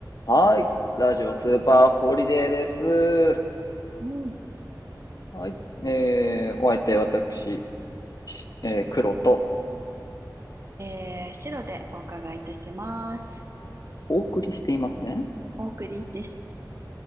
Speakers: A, on the left; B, on the right.
A: はい。ラジオスーパーホリデーです。
B: うん。
A: はい。えー、お相手、私、しえー、黒と、
B: えー、白でお伺いいたします。
A: お送りしていますね。
B: お送りです、